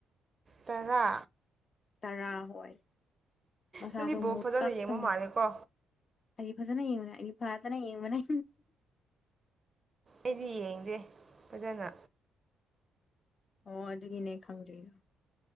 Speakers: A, on the right; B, on the left.
A: ꯇꯔꯥ
B: ꯇꯔꯥ ꯍꯣꯏ ꯃꯁꯥꯗꯣ
A: ꯅꯪꯗꯤ ꯕꯣ
B: ꯃꯨꯇꯛ
A: ꯐꯖꯅ ꯌꯦꯡꯕ
B: ꯇꯧꯔ
A: ꯃꯥꯜꯂꯦꯀꯣ
B: ꯑꯩꯗꯤ ꯐꯖꯅ ꯌꯦꯡꯕꯅꯦ ꯑꯩꯗꯤ ꯐꯥꯖꯅ ꯌꯦꯡꯕꯅꯦ
A: ꯑꯩꯗꯤ ꯌꯦꯡꯗꯦ ꯐꯖꯅ
B: ꯑꯣ ꯑꯗꯨꯒꯤꯅꯦ ꯈꯪꯗ꯭ꯔꯤꯗꯣ